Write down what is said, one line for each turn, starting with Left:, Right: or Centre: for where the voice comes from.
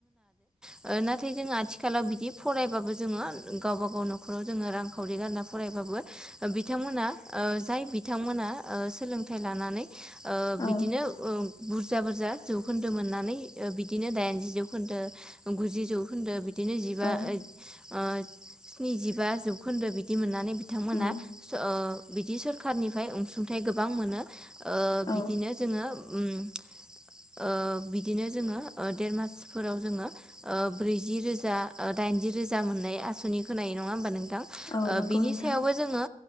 Centre: <inaudible> ओ नाथाय जों आथिखालाव बिदि फरायबाबो जोङो गावब गाव न'खराव जोङो रांखावरि गारना फरायबाबो बिथांमोना ओ जाय बिथांमोना ओ सोलोंथाइ लानानै ओ
Left: औ
Centre: बिदिनो ओ बुरजा बुरजा जौखोन्दो मोननानै ओ बिदिनो दाइन जि जौखोन्दो गुजि जौखोन्दो बिदिनो जिबा
Left: औ
Centre: ओ ओ स्निजिबा जौखोन्दो बिदि मोननानै बिथांमोना
Left: उम
Centre: स ओ बिदि सोरखारनिफ्राय अनसुंथाइ गोबां मोनोओ
Left: औ
Centre: बिदिनो नो उम ओ बिदिनो जोङो ओ देर मासफोराव जोङो ओ ब्रैजि रोजा ओ दाइनजि रोजा मोन दायो आसनि खोननाय नङा होनबा नोंथां?
Left: औ
Centre: ओ
Left: नंगौ
Centre: बिनि
Left: नोंथां
Centre: सायावबो जोङो